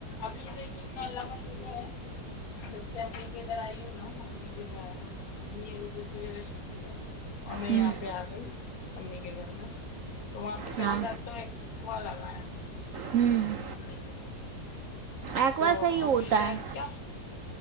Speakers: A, on the left; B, on the right.
A: ابھی لیکن اللہ کا شکر ہے جب سے امی کےگھر آئیوں نا امی گھر مطلب امی یہ دوسری جگہ شفٹ ہوگئیں ہے اور میں
B: ہوں
A: یہاں
B: ہوں
A: پہ آ گئی امی کے گھر میں تو وہاں پہ پہلی
B: ہاں
A: بات تو ایک کنواں لگا ہے
B: ہوں
A: امی کے
B: ایکوا
A: تو
B: صحیح
A: اور
B: ہوتا
A: پھر شاید
B: ہے
A: کیا